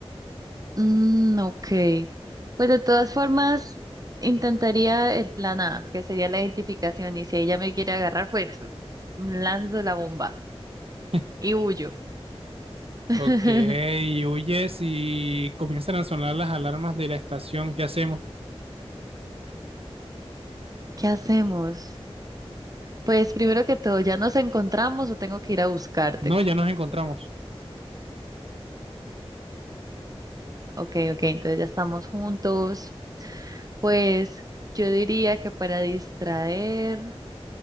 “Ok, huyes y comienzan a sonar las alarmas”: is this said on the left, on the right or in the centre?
Right